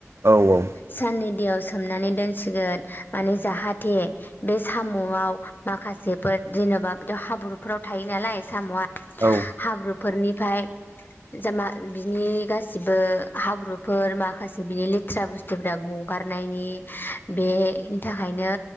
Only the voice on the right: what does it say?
औ औ
औ